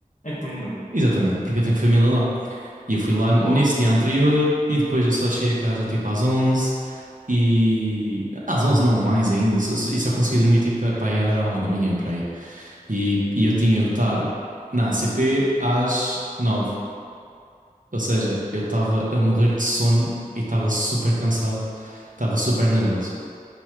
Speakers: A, on the left; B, on the right.
A: É Coimbra.
B: Exatamente, porque eu tenho família lá. E eu fui lá nesse
A: Boa.
B: dia anterior e depois eu só cheguei a casa tipo às 11 e... Às 11 não, mais ainda. Só, só- e só consegui dormir tipo para aí à uma da manhã, para aí. E, e eu tinha de estar na ACP às nove, Ou seja, eu estava a morrer de sono e estava super cansado, estava super nervoso.